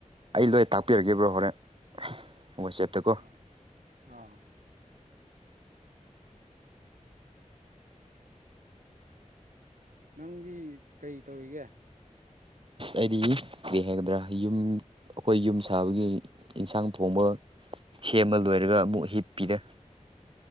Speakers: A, on the right; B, on the right.
A: ꯑꯩ ꯂꯣꯏ ꯇꯥꯛꯄꯤꯔꯒꯦꯕ꯭ꯔꯣ ꯍꯣꯔꯦꯟ--ꯋꯥꯆꯦꯞꯇꯀꯣ
B: ꯑꯣ ꯑꯥ ꯅꯪꯗꯤ ꯀꯩ ꯇꯧꯔꯤꯒꯦ
A: ꯑꯩꯗꯤ ꯀꯔꯤ ꯍꯥꯏꯒꯗ꯭ꯔ‌ ꯌꯨꯝ ꯑꯩꯈꯣꯏ ꯌꯨꯝ ꯑꯈꯣꯏ ꯌꯨꯝ ꯁꯥꯕꯒꯤ ꯏꯟꯁꯥꯡ ꯊꯣꯡꯕ ꯁꯦꯝꯃ ꯂꯣꯏꯔꯒ ꯑꯃꯨꯛ ꯍꯤꯠ ꯄꯤꯗ